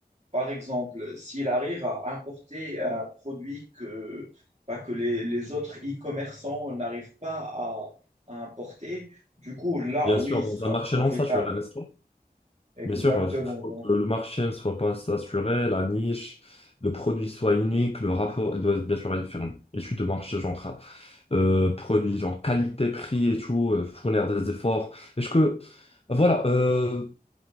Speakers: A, on the right (about 40°); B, on the left (about 35°).
A: Par exemple, s'il arrive à importer un produit que, bah, que les, les autres e-commerçants n'arrivent pas à, à importer, du coup, là,
B: Bien
A: oui,
B: sûr,
A: il
B: dans
A: sera
B: un marché
A: profitable.
B: non saturé, n'est-ce pas?
A: Exactement.
B: Bien sûr, il faut faut
A: Donc,
B: que le marché ne soit pas saturé, la niche, le produit soit unique, le rapport il doit bien sûr être une Étude de marché, genre, euh, produit, genre qualité, prix et tout, euh, fournir des efforts. Est-ce que, voilà, euh,